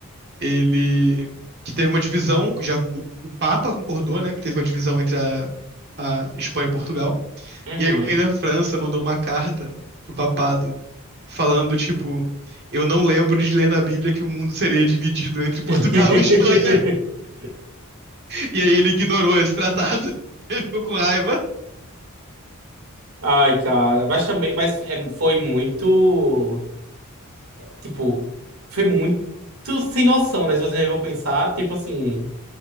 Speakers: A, on the right (about 50°); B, on the right (about 70°).
A: ele que teve uma divisão, já o, o Papa concordou, né, que teve uma divisão entre a, a Espanha e Portugal.
B: Uhum.
A: E aí o rei da França mandou uma carta pro papado falando tipo, eu não lembro de ler na Bíblia que o mundo seria dividido entre Portugal
B: <laughs>
A: e Espanha. E aí ele ignorou esse tratado. <laughs> Ele ficou com raiva.
B: Ai, cara. Mas também, mas é, foi muito. Tipo, foi muito sem noção, né? Se você for pensar, tipo assim.